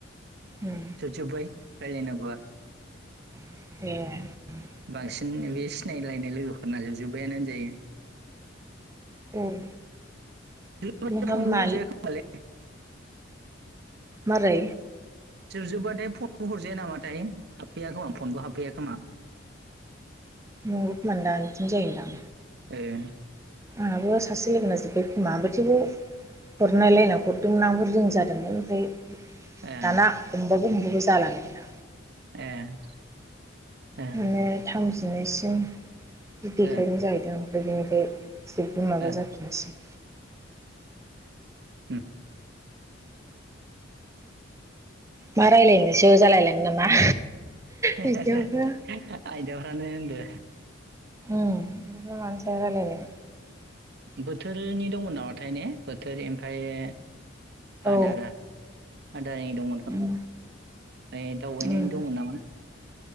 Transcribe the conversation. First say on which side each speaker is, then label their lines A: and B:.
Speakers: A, on the right; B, on the right.
A: उम
B: जुजुबाय रायलाय नांगौ आ
A: ए
B: बांसिन बे सिनायलायनाय लोगोफोरना जोब जोब बायानो होनजायो
A: औ
B: अरजाया
A: नोंहाबो
B: खमाया
A: मा
B: खोमालै
A: मारै
B: जोबजोबबाथाय फनबो हरजाया नामाथाय हाबफैया खोमा फनबो हाबफैया खोमा
A: नंगौ खोमानदां इदिनो जायोदां
B: ए
A: आंहाबो सासे लोगोना जोब्बाय खोमा थेउबो हरनायलायना हरदोंमोन आं रिं जादोंमोन ओमफ्राय
B: ए
A: दाना‌ हमबाबो हमबाबो ओमफ्राय जालानो
B: ए ए
A: थांनाया थाव जिनैसिम देखायनाय
B: ए
A: जाहैदों आरो बिनिफ्राय जेबो माबा
B: ए
A: जाफिनसै
B: हम
A: मा रायलायनोसो जालायलाङो नामा?
B: <unintelligible>
A: बिदियावबो
B: आयदाफ्रानो होनदो
A: उम बिदिनो मानि सायाव रायलायनो?
B: बोथोरनि दंमोन नामाथाय ने बोथोर ओमफ्रायो
A: औ
B: आदारा आदारानि दंमोन खोमा
A: उम
B: ओमफ्राय दावबाय
A: उम
B: दंमोन नामा?